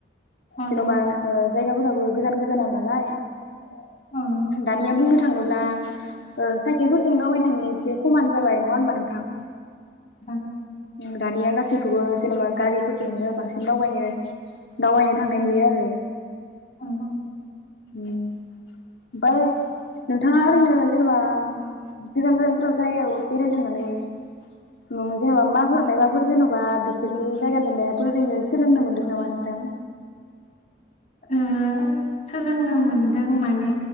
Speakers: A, on the left; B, on the left.
A: औ नोंथां औ
B: जेन'बा ओ जायगाफोराबो गोजान गोजानाव नालाय।
A: नोंथां औ
B: दानिया बुंनो। थांङोब्ला ओ साइकेलफोरजों दावबायायनो थांङा एसे खमानो जाबाय नङा हबा नोंथां।
A: नोंथां
B: दानिया गासैखौबो जेनेबा गारिफोरजोंनो बांसिन दावबायनो दावबायनो थांनाय नुयो आरो।
A: अ।
B: ओमफाय नोंथाङा ओरैनो जेनेबा गोजान गोजानफोराव जायगायाव बेरायनो थांनानै जेनेबा माफोर माबाफोर जेन'बा बिसोरनि जायगानिफ्राय माबाफोर ओरैनो सोलोंनो मोनदों नामा नोंथां।
A: ओ सोलोंनो मोनदों माने